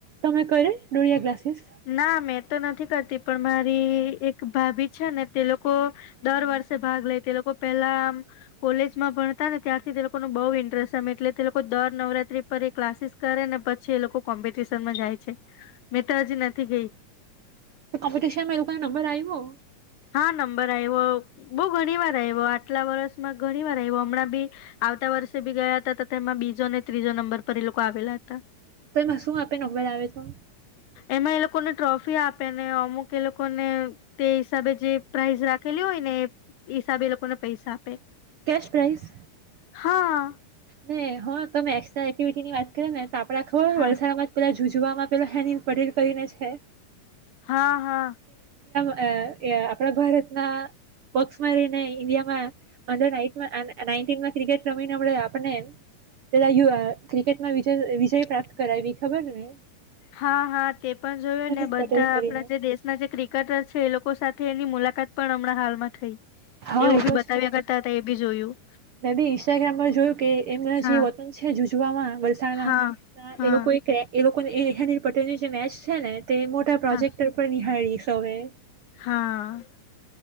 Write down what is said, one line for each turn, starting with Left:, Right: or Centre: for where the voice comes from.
Right: તમે કરે ડોળિયા ક્લાસીસ
Left: ના મેં તો નથી કર તે પણ મારી એક ભાભી છે ને તે લોકો દર વર્ષે ભાગ લે તે લોકો પેલા કોલેજમાં ભણતા ને ત્યારથી તે લોકો ન બહુ ઇન્ટરેસ્ટમે એટલે તે લોકો દર નવરાત્રી પર એ ક્લાસીસ કરે ને પછી એ લોકો કોમ્પિટિશનમાં જાય છે. મેં તો હજી નથી ગઈ.
Right: તો કોમ્પિટિશનમાં એ લોકોના નંબર આવ્યો?
Left: હા નંબર આઈવો. બહુ ઘણી વાર આઈવો આ આટલા વર્ષમાં ઘણી વાર આવ્યો હમણાં બી આવતા વર્ષે બી ગયા હતા તેમાં બીજો ને ત્રીજો નંબર પર એ લોકો આવેલા હતા.
Right: તો એમાં શું આપે નંબર આવિયો થો?
Left: એમાં એ લોકોને ટ્રોફી આપે ને અમુક એ લોકોને તે હિસાબે જે પ્રાઇઝ રાખેલી હોય ને એ હિસાબે એ લોકો ને પૈસા આપે
Right: કેશ પ્રાઈઝ?
Left: હા.
Right: ને હ તમે એકક્સ્ટ્રા એક્ટિવિટી ની વાત કર ને તો આપડા ખબર
Left: હા
Right: વલસા માં પેલાજ જૂજવામાં પેલા હેનીન પટેલ કરીને છે
Left: હા હા.
Right: અહ એ આપણા ભારતના પક્ષમાં રહીને ઇન્ડિયામાં અંડર નાઇટ માં એન નાઈનટીન માં ક્રિકેટ રમીનેે આપડે આ પન ને પેલા યુ એ ક્રિકેટમાં વિજય વિજય પ્રાપ્ત કરાઈવી ખબર ને
Left: હા હા તે પણ જોયું
Right: હનિલ
Left: ને બધા
Right: પટેલ કરીને
Left: આપણા જે દેશના જે ક્રિકેટર છે એ લોકો સાથે એની મુલાકાત પણ હમણાં હાલ માં થઈ.
Right: હા
Left: એવું
Right: એ
Left: બી
Right: તો
Left: બતાવ્યા
Right: છે
Left: કરતા હતા એ બી જોયું.
Right: મેં બી ઇન્સ્ટાગ્રામ પર જોયું કે એમના
Left: હા
Right: જે વકિલ છે જુજવામાં વલસાડમાં
Left: હા હા
Right: એ લોકોએ એ હો ની પટેેલની જે મેચ છેને તે મોટા પ્રજેક્ટર
Left: હા
Right: ઉપર નિહારી છું તવે
Left: હા